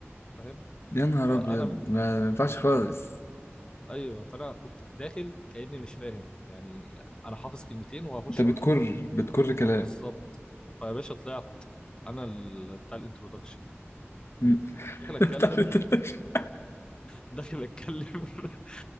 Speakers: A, on the left (about 20°); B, on the left (about 65°).
A: فاهم
B: يا نهار
A: فانا
B: ابيض ما ما ينفعش خالص
A: ايوه فانا كنت داخل كاني مش فاهم يعني انا حافظ كلمتين وهخش
B: انت بتكر
A: اقول
B: بتكر كلام
A: بالظبط فيا باشا طلعت انا ال- بتاع الانترودكشن
B: مم.
A: داخل اتكلم
B: <laughs>
A: داخل اتكلم <laughs>